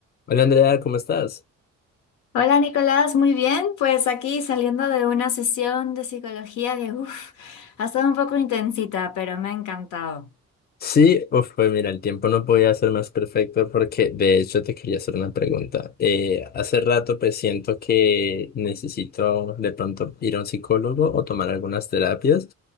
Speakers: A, on the left; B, on the left.
A: Hola Andrea, ¿cómo estás?
B: Hola Nicolás, muy bien. Pues aquí saliendo de una sesión de psicología que, uff, ha estado un poco intensita, pero me ha encantado.
A: Sí, uf, pues mira, el tiempo no podía ser más perfecto porque de hecho te quería hacer una pregunta. Eh, hace rato pues siento que necesito de pronto ir a un psicólogo o tomar algunas terapias